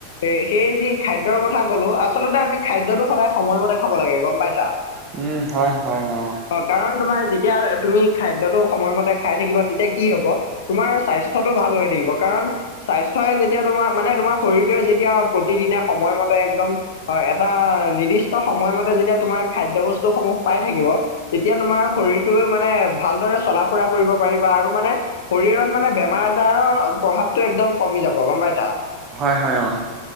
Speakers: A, on the left; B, on the right.
A: এ সেই যি খাদ্যৰ কথা কলো আচলতে আমি খাদ্যটো সদায় সময়মতে খাব লাগে। গম পাইছা?
B: উম হয় হয় অ।
A: অ কাৰণ তোমাৰ যেতিয়া তুমি খাদ্যটো সময়মতে খাই থাকিবা তেতিয়া কি হ'ব। তোমাৰ স্বাস্থ্যটো ভাল হৈ থাকিব কাৰণ স্বাস্থ্যই যেতিয়া তোমাৰ মানে তোমাৰ শৰীৰটোৱে যেতিয়া প্ৰতিদিনে সময়মতে একদম এটা নিৰ্দিষ্ট সময়মতে যেতিয়া তোমাৰ খাদ্য বস্তুসমূহ পাই থাকিব। তেতিয়া তোমাৰ শৰীৰটোৱে মানে ভালদৰে চলা ফুৰা কৰিব পাৰিবা আৰু মানে শৰীৰত মানে বেমাৰ আজাৰৰ প্ৰভাৱটো একদম কমি যাব গম পাইছা।
B: হয় হয় অ।